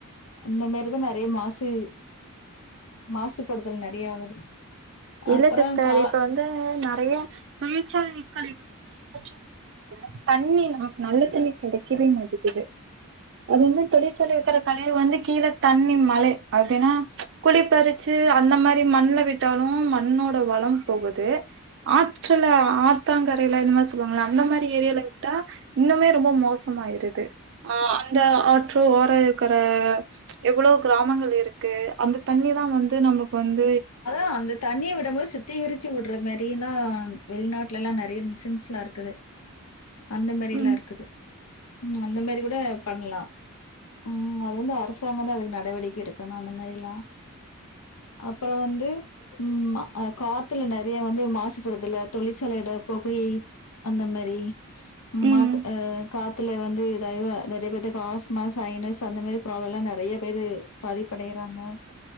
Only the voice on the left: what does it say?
இந்த மாரி தா நெறைய மாசு மாசுபடுதல் நெறைய ஆகுது
அப்புறம்
கா
அ அந்த தண்ணிய விடம் போது சுத் திகரிச்சு விட்ற மாரிலா வெளிநாட்லல்லா நெறைய மிஷின்ஸ்ல்லா இருக்குது அந்த மாரியல்லா
இருக்குது ம் அந்த மாரி கூட பண்லா ம் அது வந்து அரசாங்கந்தா அதுக்கு நடவடிக்கை எடுக்கணு அந்த மாரில்லா அப்பறம் வந்து ம் காத்துல நெறய வந்து மாசுபடுதுல தொழிற்சாலையிட பொகை அந்த மாரி
மாத்த அ காத்துல வந்து ஏதாவது நெறய பேத்துக்கு ஆஸ்மாஸ் சைனஸ் அந்த மாரி ப்ராப்ளம் எல்லா நெறய பேரு பாதிப்படையறாங்க